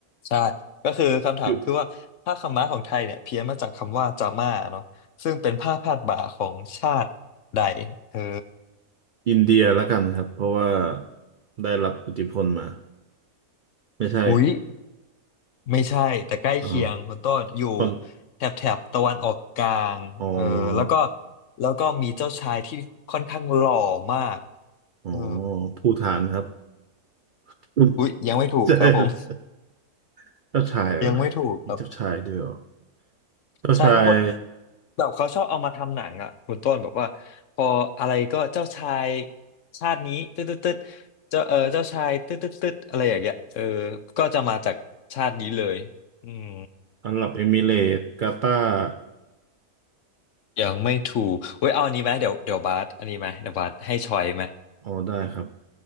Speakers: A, on the left; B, on the right.
A: ใช่ก็คือคำถามคือว่าผ้าขาวม้าของไทยเนี่ยเพี้ยนมาจากคำว่าจาม่าเนาะซึ่งเป็นผ้าพาดบ่าของชาติใด
B: อยู่
A: เออ
B: อินเดียแล้วกันครับเพราะว่าได้รับอิทธิพลมาไม่ใช่
A: อุ๊ยไม่ใช่แต่ใกล้เคียงคุณต้นอยู่
B: อ๋อปัง
A: แถบแถบตะวันออกกลางเออแล้วก็
B: อ๋อ
A: แล้วก็มีเจ้าชายที่ค่อนข้างหล่อมาก
B: อ๋อ
A: เออ
B: ภูฏานครับ <laughs>
A: อุ๊ยยังไม่ถูกครับผม
B: ใช่เจ้าชายอะไรอีกเจ้าชายด้วยเหรอ
A: <laughs> ยังไม่ถูกครับ
B: เจ้าชาย
A: ใช่ทุกคนแบบเขาชอบเอามาทำหนังอ่ะคุณต้นแบบว่าพออะไรก็เจ้าชายชาตินี้ตึ๊ดตึ๊ดตึ๊ดเจ้าเออเจ้าชายตึ๊ดตึ๊ดตึ๊ดอะไรอย่างเงี้ยเออก็จะมาจากชาตินี้เลยอืม
B: อาหรับเอมิเรตส์กาตาร์
A: ยังไม่ถูกเว้ยเอาอันนี้ไหมเดี๋ยวเดี๋ยวบาสอันนี้ไหมเดี๋ยวบาสให้ชอยไหม
B: อ๋อได้ครับ